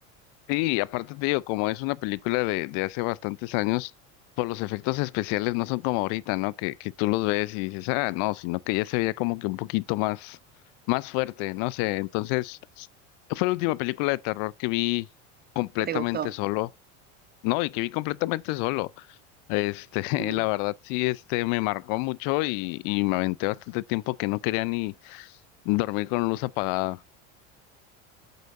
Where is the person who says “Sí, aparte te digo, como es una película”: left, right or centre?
Left